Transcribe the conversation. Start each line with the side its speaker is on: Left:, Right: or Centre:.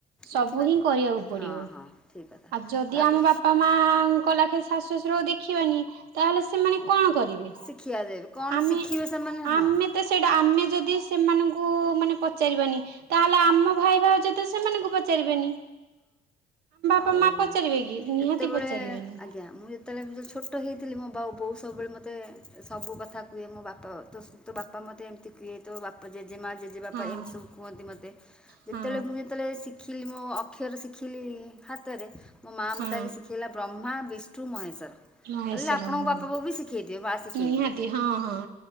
Right: ସବୁ
Centre: ଦେଖିବା।
Right: ହିଁ କରିବାକୁ ପଡିବ।
Centre: ହଁ ହଁ ଠିକ୍ କଥା
Right: ଆଉ ଯଦି
Centre: ତାପରେ
Right: ଆମ ବାପା ମାଆଙ୍କ ଲାଖେ ଶାଶୁ ଶଶୁର ଦେଖିବାନି ତାହେଲେ ସେମାନେ କଣ କରିବେ,
Centre: ଶିଖିବା ଦେବେ କଣ
Right: ଆମେ
Centre: ଶିଖିବେ ସେମାନେ
Right: ଆମେ
Centre: ହଁ।
Right: ତ ସେଇଟା ଆମେ ଯଦି ସେମାନଙ୍କୁ କୁ ମାନେ ପଚାରିବାନି, ତାହେଲେ ଆମ ଭାଇ ଭାଉଜ ତ ସେମାନଙ୍କୁ ପଚାରିବେନି।
Centre: ହଁ।
Right: ବାପ
Centre: ଆଉ
Right: ମା ପଚାରିବେ କି ନିହାତି
Centre: ଯେତେବେଳେ
Right: ପଚାରିବେନି।
Centre: ଆଜ୍ଞା ମୁଁ ଯେତେବେଳେ ଯେତେବେଳେ ଛୋଟ ହେଇଥିଲି ମୋ ବାଉ ବୋଉ ସବୁବେଳେ ମୋତେ ସବୁ କଥା କୁହେ, ମୋ ବାପା ତୋ ବାପା ମୋତେ ଏମିତି କୁହେ ବାପା ଜେମା ଜେଜେ ବାପା
Right: ହଁ
Centre: ଏମତି ସବୁ କୁହନ୍ତି, ମୋତେ ଯେତେବେଳେ
Right: ହଁ
Centre: ମୁଁ ଯେତେବେଳେ ଶ <unintelligible> କ୍ଷର ଶିଖିଲି ହାତରେ ମୋ ମାଆ
Right: ହଁ।
Centre: ଆଗେ ଶିଖେଇଲା ବ୍ରହ୍ମା ବିଷ ମହେଶ୍ୱର। ହେ
Right: ମହେଶ୍ଵର
Centre: ଆପଣଙ୍କ
Right: ହଁ
Centre: ବାପା ବୋଉ ବି ଶିଖେଇଥିବେ ମା ଶିଖେଇଥିବେ
Right: ନିହାତି ହଁ ହଁ